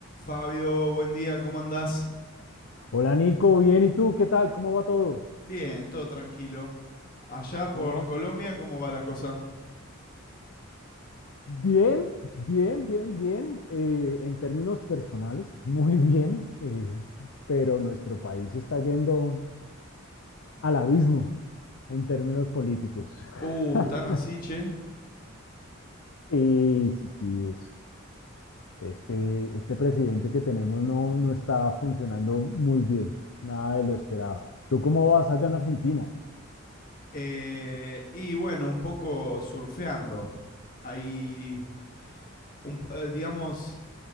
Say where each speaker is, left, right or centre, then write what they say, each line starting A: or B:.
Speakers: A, on the left; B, on the left.
A: Fabio, buen día, ¿cómo andás?
B: Hola Nico, bien, ¿y tú? ¿Qué tal? ¿Cómo va todo?
A: Bien, todo tranquilo. Allá por
B: ¿Cómo van?
A: Colombia, ¿cómo va la cosa?
B: Bien, bien, bien, bien. eh, en términos personales, muy bien, eh, pero nuestro país está yendo al abismo en términos políticos.
A: Uh,
B: <laughs>
A: tan así, che.
B: Sí, sí, sí, es. Este, este presidente que tenemos no, no está funcionando muy bien, nada de lo esperado. ¿Tú cómo vas allá en Argentina?
A: Eh, y bueno, un poco surfeando. Hay, un eh, digamos,